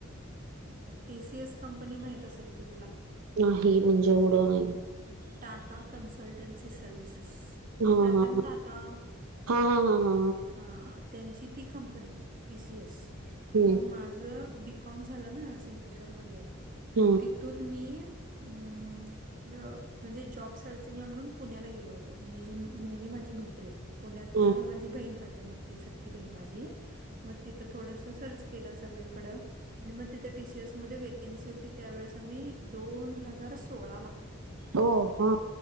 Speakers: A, on the right (about 40°); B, on the right (about 85°).
A: टी सी एस कंपनी माहित असेल की तुला?
B: नाही म्हणजे एवढं नाही.
A: टाटा कनसल्टनसी सर्वसेस.
B: हा
A: रतन
B: हा
A: टाटा
B: हा हा हा हा
A: हा. त्यांची ती कंपनी टी सी एस.
B: हम्म
A: मग माझं बी कॉम झालं ना, सकेश्वरमध्ये आहे,
B: हम्म
A: मग तिथून मी हम्. म्हणजे जॉब सर्चिंगला म्हणून पुण्याला गेलो होतो मी, मी आणि माझी मैत्रिणी. पुण्यात
B: हम्म
A: माझी बहीण राहत्या मोठी सख्खी बहीण माझी मग तिथ थोडस सर्च केलं सगळीकड आणि म तिथे टीसीएस मध्ये वेकन्सी होती त्यावेेळेस आम्ही दोन हजार सोळाला
B: हो
A: अक्चुली
B: हा